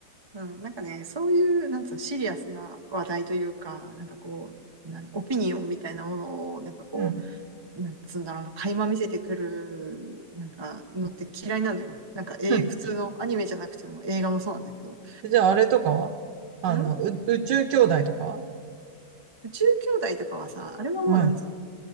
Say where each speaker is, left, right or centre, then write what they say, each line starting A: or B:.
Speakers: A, on the right (about 25°); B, on the right (about 80°).
A: うん、なんかね、そういう、なんつうの、シリアスな話題というか、なんかこう、なんオピニオンみたいなものを、なんかこ
B: うん。
A: う、なんつうんだろうな、垣間見せてくる、なんか、のって嫌いなのよ。なんか、えー普通のアニメじゃなくても映画もそうなんだけど。
B: うん。じゃあ、あれとかはあの、
A: ん
B: う宇宙兄弟とかは
A: 宇宙兄弟とかはさ、あれはもうなんつうの、
B: うん。